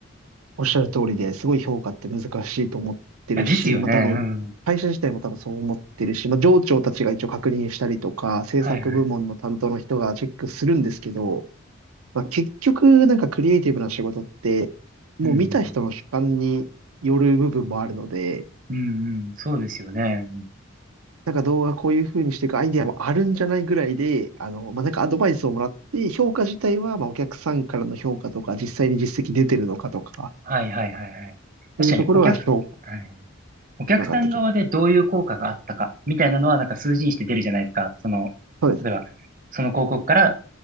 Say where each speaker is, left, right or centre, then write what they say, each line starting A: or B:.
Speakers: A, on the right; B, on the right.
A: おっしゃる通りですごい評価って難しいと思ってるし、
B: あですよね、
A: まあ多分、
B: うん。
A: 会社自体も多分そう思ってるし、まあ上長たちが一応確認したりとか、制作部門の担当の人がチェックするんですけど、
B: はいはい。
A: まあ結局なんかクリエイティブな仕事って、もう見た人の主観による部分もあるので、
B: うん、うん、うん、うんうん、そうですよね。うん
A: なんか動画こういう風にしていくアイディアもあるんじゃないぐらいで、あの、まあなんかアドバイスをもらって、評価自体はまあお客さんからの評価とか、実際に実績出てるのかとか、
B: はいはいはいはい。確かに、
A: そういうところが評価に
B: お客、はい、お客さん側でどういう効果があったか、
A: つながってきます。
B: みたいなのは、なんか数字にして出るじゃないですか。その、
A: そうですね。
B: 例えば、その広告から